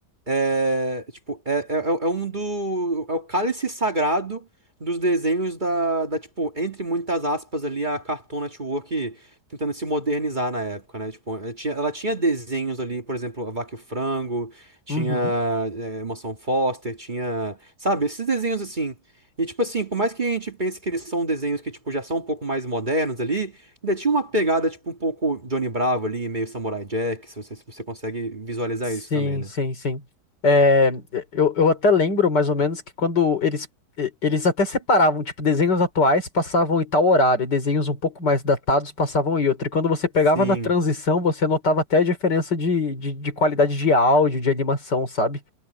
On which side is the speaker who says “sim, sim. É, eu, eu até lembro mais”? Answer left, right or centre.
Left